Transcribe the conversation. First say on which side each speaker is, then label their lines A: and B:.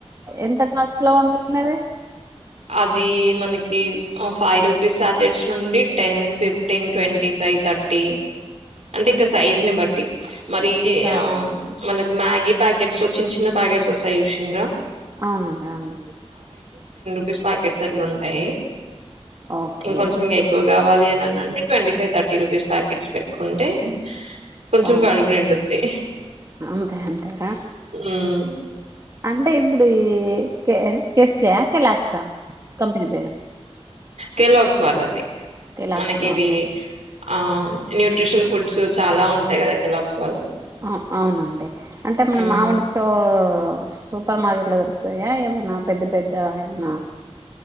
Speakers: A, on the right; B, on the right.
A: ఎంత కస్ట్ లో ఉంటుంది అది
B: అదీ మనకి ఆ ఫైవ్ రూపీస్ అట్ జెట్స్ నుండి ten fifteen twenty five thirty అంటే ఇంకా సైజ్ ని బట్టి మరి
A: సరే
B: ఆ మనకి మ్యాగీ ప్యాకెట్స్ లో చిన్న చిన్న ప్యాకెట్స్ వస్తాయి చూసిండ్రా
A: అవునండి అవును
B: ఫిష్ పాకెట్స్ అట్లుంటాయి
A: ఓకే
B: ఇంకొంచెం ఇంకా ఎక్కువ కావాలి అని అంటే twenty five thirty rupees packets పెట్టుకుంటే కొంచెం
A: అవును
B: కడుపు నిండు ది
A: అంతే అంతేనా
B: హ్మ్.
A: అంటే ఇప్పుడు ఈ కే కెస్సా లేక కెలాక్సా కంపెని పేరు
B: కెలాక్స్ వాళ్ళది
A: కెలాక్స్
B: మనకి
A: వాళ్ళదే
B: ఇవి ఆ న్యూట్రిషనల్ ఫుడ్స్ చాలా ఉంటాయి కదా కెలాగ్స్ వాళ్ళవి.
A: ఆ అవునండి అంటే మనం
B: హ్మ్.
A: మామూలుతో తో సూపర్ మార్కెట్ దొరుకుతాయి కదా ఎమన్న పెద్ద పెద్ద ఎమన్న